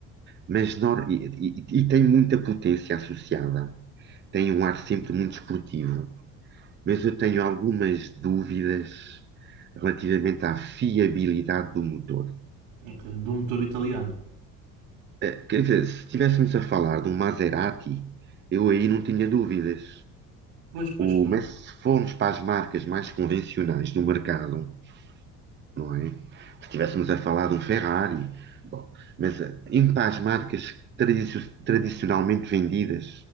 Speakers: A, on the right (about 30°); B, on the right (about 80°).
A: Mas nor- e, e- e tem muita potência associada. Tem um ar sempre muito esportivo. Mas eu tenho algumas dúvidas relativamente à fiabilidade do motor.
B: Ok. Do motor italiano.
A: Eh, Quer dizer, se estivéssemos a falar de um Maserati, eu aí não tinha dúvidas.
B: Pois, pois,
A: O,
B: claro.
A: mas se formos para as marcas mais convencionais do mercado, não é? Se estivéssemos a falar de um Ferrari. Bom, mas em paz marcas tradicio- tradicionalmente vendidas